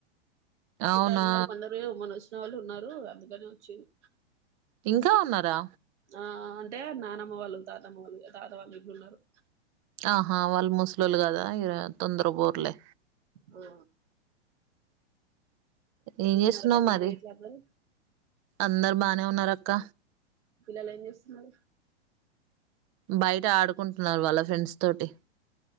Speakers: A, on the right; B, on the right.
A: చుట్టాలు
B: అవునా
A: ఉన్నారు కొందరు మొన్న వచ్చిన వాళ్ళు ఉన్నారు అందుకనే వచ్చిది
B: ఇంకా ఉన్నారా
A: ఆ అంటే నానమ్మ వాళ్ళు తాతమ్మ వాళ్ళు ఆ తాతవాళ్ళు వీళ్ళు ఉన్నారు
B: ఆహా వాళ్ళు ముస్లోలు కదా తొందర బోర్లే
A: ఆ
B: ఏం
A: మంచిగున్నారా
B: చేస్తున్నావు
A: పెద్దనాన్న
B: మరి
A: గిట్ల అందరూ
B: అందరు బానే ఉన్నారు అక్క
A: పిల్లలు ఏం చేస్తున్నారు
B: బయట ఆడుకుంటున్నారు వాళ్ళ ఫ్రెండ్స్ తోటి